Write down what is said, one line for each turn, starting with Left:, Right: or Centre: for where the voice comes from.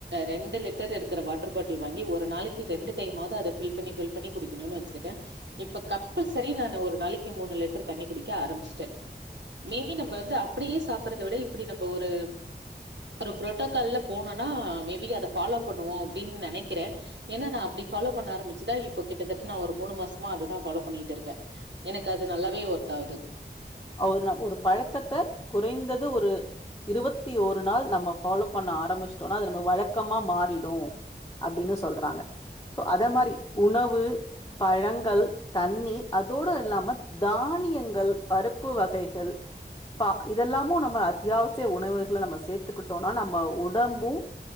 Right: ரெண்டு லிட்டர் இருக்கற வாட்டர் பாட்டில் வாங்கி ஒரு நாளைக்கு ரெண்டு டைம் ஆவது அத ப்பில் ப்பில் பண்ணி குடிக்கணும்னு வச்சிருக்கேன் இப்ப கம்பல்சரி ஒரு நாளைக்கு மூணு லிட்டர் தண்ணி குடிக்க ஆரம்பிச்சுட்டேன் டெய்லியும் நாம வந்து அப்படியே சாப்டறத விட இப்படி ஒரு ப்புரோட்டோகால போணும்னா மே பி அத ஃபாலோவ் பண்ணுவோம் அப்படினு நெனைக் க்கிறேன் ஏன்னா நான் அப்படி ஃபாலோ பண்ண ஆரம்பிச்சுதான் இப்ப கிட்டத்தட்ட நான் ஒரு மூணு மாசமா அததான் ஃபாலோ பண்ணிட்டு இருக்கேன் எனக்கு அது நல்லாவே ஒர்த் ஆவுது
Left: ஒரு ஒரு பழக்கத்தை குறைந்தது ஒரு இருபத்தி ஒரு நாள் நம்ம ஃபாலோ பண்ண ஆரம்பிச்சிட்டோம்னா அது நம்ம வழக்கமா மாறிடும் அப்படின்னு சொல்றாங்க சோ அதே மாதிரி உணவு பழங்கள் தண்ணீர் அதோட இல்லாம தானியங்கள் பருப்பு வகைகள் ப இதெல்லாமும் நம்ம அத்தியாவசிய உணவுகளை நம்ம சேத்துக்கிட்டோனா நம்ம உடம்பும்